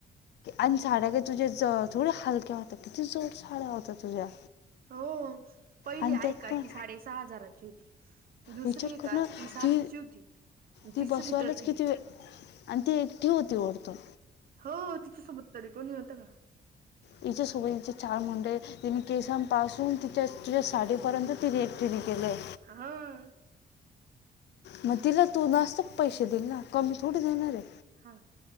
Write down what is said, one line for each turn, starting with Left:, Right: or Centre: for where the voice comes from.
Left: आन, साड्या त तुझ्याच थोड्या हलक्या होत्या? किती जड साड्या होत्या तुझ्या?
Right: होओ, पहिली
Left: आणि
Right: ऐकाठी
Left: त्यात पण
Right: साडी साडेसहा हजाराची होती. दुसरी
Left: विचार
Right: आहे
Left: कर
Right: का
Left: न-ती
Right: ती सातची होती
Left: ती
Right: तिसरी
Left: बसवायलाच
Right: तर
Left: किती वेळ, आन ती एकटी होती ओरतून.
Right: हो तिच्यासोब्बत तरी कोणी होतं का?
Left: तिच्या सोबईचे चार मुंडे, तिने केसांपासून तिच्या, तिच्या साडीपर्यंत तिने एकटीने केलंय.
Right: हाआ
Left: मग तिला तू जास्तअ पैशे दिल ना? कमी थोडी देणारे?
Right: हा,